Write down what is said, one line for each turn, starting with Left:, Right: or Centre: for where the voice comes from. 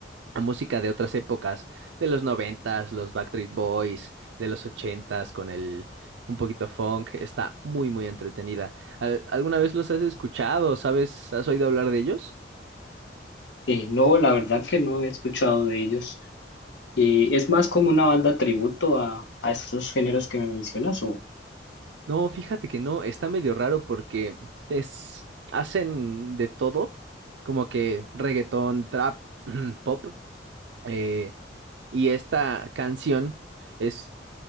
Right: a música de otras épocas, de los noventas, los Backstreet Boys, de los ochentas, con el un poquito funk, está muy muy entretenida. ¿Al- ¿Alguna vez los has escuchado? ¿Sabes? ¿Has oído hablar de ellos?
Left: Eh, no, la verdad que no he escuchado de ellos. Eh, ¿es más como una banda tributo a, a estos géneros que me mencionas? O...
Right: No, fíjate que no, está medio raro porque es hacen de todo, como que reggaetón, trap, <clears throat> pop, eh, y esta canción es